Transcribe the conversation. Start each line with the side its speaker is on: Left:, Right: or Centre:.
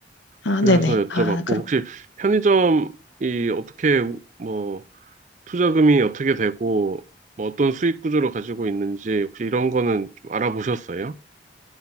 Left: 아,
Right: 그래서
Left: 네네.
Right: 여쭤봤고,
Left: 아, 그렇
Right: 혹시 편의점이 어떻게, 우- 뭐, 투자금이 어떻게 되고 뭐 어떤 수익 구조를 가지고 있는지 혹시 이런 거는 좀 알아보셨어요?